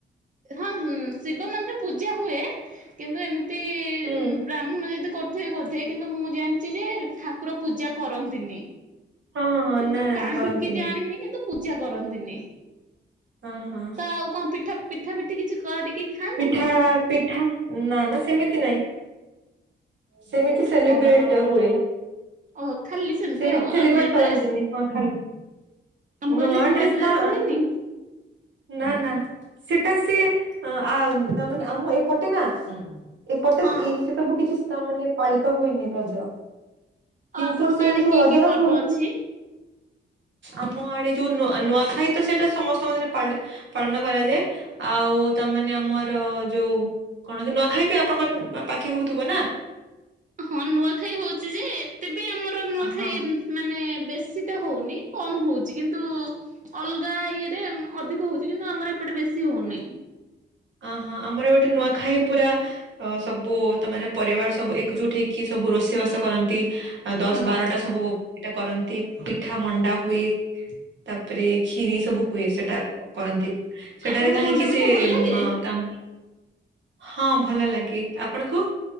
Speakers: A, on the right; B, on the right.
A: ହଁ ନ୍ ଶିବ ମନ୍ଦିର ପୂଜା ହୁଏ କିନ୍ତୁ ଏମିତି-
B: ହୁଁ
A: ଉଁ ବ୍ରାହ୍ମୁଣ ଯଦି କ ଥିବେ ବୋଧେ କିନ୍ତୁ ମୁଁ ଜାଣିଚି ଯେ ଠାକୁର ପୂଜା କରନ୍ତିନି।
B: ହଁ ହଁ ହଁ
A: କିନ୍ତୁ
B: ନା ନା
A: କାହିଁକି
B: କରନ୍ତିନି।
A: ଜାଣିନି କିନ୍ତୁ ପୂଜା କରନ୍ତିନି।
B: ହଁ ହଁ।
A: ତ ଆଉ କଣ ପିଠା ପିଠା ପିଠି କିଛି କରିକି ଖାଆନ୍ତେନି?
B: ପିଠା ପିଠା ନା ନା ସେମିତି ନାଇଁ ସେମିତି ସେଲିବ୍ରେଟ୍
A: କଣ
B: ହୁଏ।
A: ଓହୋ ଖାଲି
B: ସେମିତି
A: ଆଉ
B: ସେଲିବ୍ରେଟ୍
A: ଆଉ ନୂଆ ଡ୍ରେସ୍
B: କରନ୍ତିନି। ହଁ ଖାଲି
A: ଆମ କହିଲି
B: ନୂଆ ଡ୍ରେସ୍ ନା।
A: ହୁଏନି?
B: ନା ନା ସେଟା ସିଏ ଆ ତା ମାନେ ଆମ ଏପଟେ ନା ଏପଟେ
A: ହଁ।
B: ଇ ସେସବୁ କିଛି ତା ମାନେ ପାଳିତ ହୁଏନି ରଜ।
A: ଆଉ
B: କିନ୍ତୁ
A: ଆପଣଙ୍କ
B: ସେଇ
A: ଆଡେ
B: ସବୁ
A: କି
B: ରଜର
A: କି ପର୍ବ
B: ପୁର୍
A: ଅଛି?
B: ଆମ ଆଡେ ଯୋଉ ନୂ ନୂଆଖାଇ ତ ସେଟା ସେଇଟା ସମସ୍ତଙ୍କ ଦିନେ ପାଲେ। ପାଳନ କରାଯାଏ। ଆଉ ତାମାନେ ଆମର ଯୋଉ କଣ କି ନୂଆଖାଇ ବି ଆପଣଙ୍କ ପାଖି ହୁଉଥିବ ନା।
A: ହଁ ନୂଆଖାଇ ହୋଉଛି ଯେ ଏତେ ବି ଆମର ନୂଆଖାଇ
B: ହଁ
A: ମାନେ ବେଶୀ ଟା ହୋଉନି କମ୍ ହୋଉଛି କିନ୍ତୁ ଅଲଗା ଇଏରେ ଅଧି କୁହୁଛି କିନ୍ତୁ ଆମର ଏପଟେ ବେଶୀ ହଉନି।
B: ଅହଁ ଆମର ଏପଟେ ନୂଆଖାଇ ପୁରା ଅ ସବୁ ତ ମାନେ ପରିବାର ସବୁ ଏକଜୁଟ ହେଇକି ସବୁ ରୋଷେଇ ବାସ କରନ୍ତି। ଦଶ
A: ହଁ
B: ବାରଟା ସବୁ ଇଟା କରନ୍ତି ପିଠା ମଣ୍ଡା ହୁଏ। ତାପରେ ଖିରି ସବୁ ହୁଏ, ସେଟା କରନ୍ତି ସେଟାରେ
A: ଆପଣଙ୍କୁ
B: କାହିଁକି
A: ମଣ୍ଡା ପିଠା
B: ସେ
A: ଭଲ ଲାଗେ?
B: ତାମ୍ହି ହଁ ଭଲ ଲାଗେ, ଆପଣଙ୍କୁ?